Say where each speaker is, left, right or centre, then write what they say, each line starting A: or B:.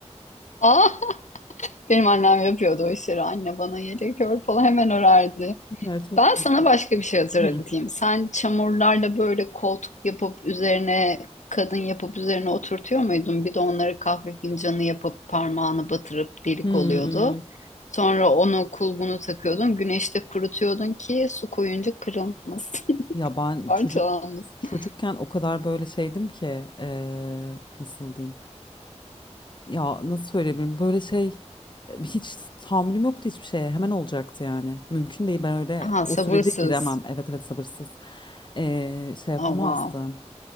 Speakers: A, on the left; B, on the left.
A: Aa, <laughs> benim annem yapıyordu o işleri. Anne bana yelek ör falan hemen örerdi.
B: Ya çok
A: Ben
B: tatlı.
A: sana başka bir şey hatırlatayım.
B: Hı.
A: Sen çamurlarla böyle koltuk yapıp üzerine kadın yapıp üzerine oturtuyor muydun? Bir de onları kahve fincanı yapıp parmağını batırıp delik
B: Hmm.
A: oluyordu. Sonra onu kulbunu takıyordun. Güneşte kurutuyordun ki su koyunca kırılmasın,
B: Ya ben
A: <laughs> parçalanmasın.
B: çocuk çocukken o kadar böyle şeydim ki eee, nasıl diyeyim? Ya nasıl söyleyebilirim? Böyle şey e, hiç tahammülüm yoktu hiçbir şeye. Hemen olacaktı yani. Mümkün değil. Ben öyle
A: Ha
B: o
A: sabırsız.
B: sürece giremem. Evet evet sabırsız. Eee, şey yapamazdım.
A: Oh, wow.